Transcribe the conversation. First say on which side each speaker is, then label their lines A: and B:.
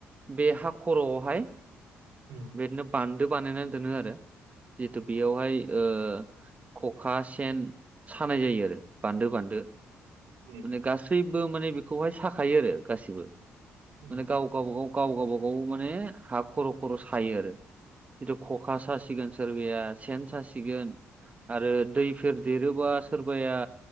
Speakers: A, on the right; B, on the right.
A: बे हा खर'आवहाय
B: उम
A: बेदनो बान्दो बानायनानै दोनो आरो जिहेतु बेयावहाय ओ ख'खा सेन सानाय जायो आरो बान्दो बान्दो।
B: उम
A: माने गासैबो माने बेखौहाय साखायो आरो गासिबो
B: उम
A: माने गाव गावब गाव गाव गावबा गाव माने हा खर' खर' सायो आरो। जिथु ख'खा सासिगोन सोरबाया सेन सासि गोन आरो दैफोर देरोबा सोरबाया